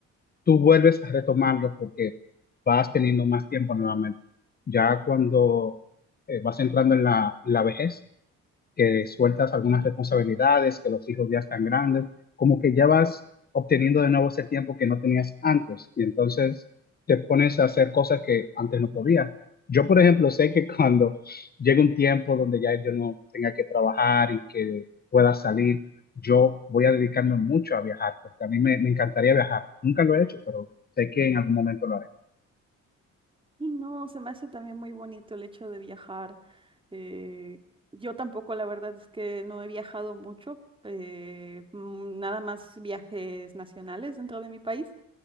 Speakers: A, on the left (about 30°); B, on the right (about 15°).
A: tú vuelves a retomarlos porque vas teniendo más tiempo nuevamente. Ya cuando eh, vas entrando en la, la vejez, que sueltas algunas responsabilidades, que los hijos ya están grandes, como que ya vas obteniendo de nuevo ese tiempo que no tenías antes y entonces te pones a hacer cosas que antes no podías. Yo, por ejemplo, sé que <laughs> cuando llegue un tiempo donde ya yo no tenga que trabajar y que pueda salir, yo voy a dedicarme mucho a viajar, porque a mí me, me encantaría viajar. Nunca lo he hecho, pero sé que en algún momento lo haré.
B: Y no, se me hace también muy bonito el hecho de viajar. Eh, yo tampoco, la verdad es que no he viajado mucho, eh, mm, nada más viajes nacionales dentro de mi país,